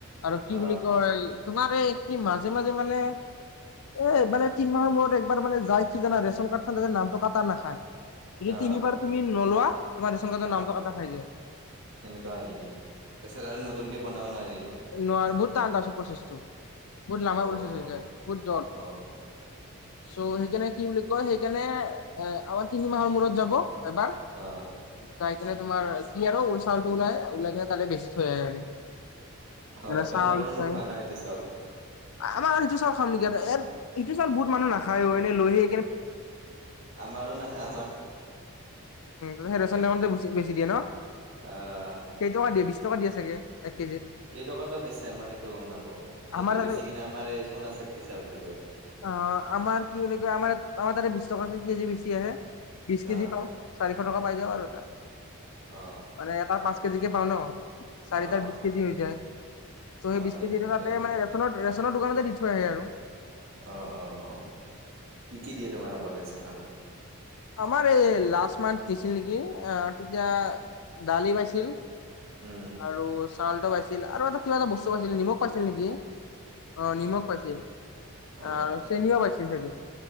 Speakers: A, on the left; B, on the right.
A: আৰু কি
B: অ
A: বুলি কয় তোমাৰ এই কি মাজে মাজে মানে এ মানে তিনি মাহৰ মূৰত একবাৰ মানে যায় কি জানা ৰেচন কাৰ্ডখন ততে নামটো কাটা নাখায় যদি
B: অ
A: তিনিবাৰ তুমি নলোৱা তোমাৰ ৰেচন কাৰ্ডৰ
B: অ
A: নামটো
B: অ
A: কাটা খায় যায়
B: সেনেকুৱা হয় নেকি তাৰপাছত আৰু নতুনকে বনাব নোৱাৰি
A: নোৱাৰ বহুত তান আছে প্ৰচেছটো বহুত লাম্বা
B: অ
A: প্ৰচেছ
B: অ
A: হৈ যায় গুড জব।
B: অ
A: চ' সেইকাৰণে কি বুলি কয় সেইকাৰণে এ আমাৰ তিনি মাহৰ মূৰত যাব এবাৰ
B: অ
A: চাই কিনে তোমাৰ কি চিয়াৰৰ উল চাউলটো ওলাই ওলাই কিনে তাতে বেছি থৈ যায় আহেগে।
B: অ
A: ম
B: তোমালোকৰো
A: চাউল চাই,
B: নোখোৱা ন সেইটো চাউল?
A: আমাৰ সেইটো চাউল খাম নেকি আৰু। এ ইটো চাউল বহুত মানুহে নাখায় অ এনেই লৈহে
B: আমাৰো নাখা
A: উমেই ৰেচন দ বেছি দিয়ে ন।
B: আহ
A: কেই টকা দিয়ে বিশ টকা দিয়ে চাগে এক কেজিত।
B: কেইটকাত বা বেছে আমাৰ সেইটো গম নাপাও সেইটো
A: আমাৰ
B: বেচি
A: আৰু
B: কিনে আমাৰ এই চনা চক্তি চাউলটো লৈ আহে।
A: অ আমাৰ কি বুলি কয় আমাৰ আমাৰ ততে বিশ টকাত কেজি বেছি আহে, বিছ কেজি
B: আহ
A: পাও, চাৰিশ টকা পাই যাওঁ আৰু এটা।
B: অ
A: মানে এটা পাঁচ কেজিকে পাও ন'। চাৰিটাৰ
B: অ
A: বিশ কেজি হৈ যায়, ত'
B: অ
A: সেই বিছ কেজি
B: ঠিকে
A: থকা
B: আছে।
A: মানে ৰেনত ৰেচনৰ দোকানতে দি থৈ আহে আৰু।
B: অ -অ -অ কি কি দিয়ে তোমাৰ লগত ৰেচন সাধন
A: <inaudible> আমাৰ এই লাষ্ট মান্থ দিছিল নেকি আহ তেতিয়া, দালি পাইছিল।
B: উম
A: আৰু চাউলটো পাইছিল আৰু এটা কিবা এটা বস্তু পাইছিল, নিমখ পাইছিল নেকি? অ নিমখ পাইছিল
B: অ
A: আৰু চিনিও পাইছে চাগে,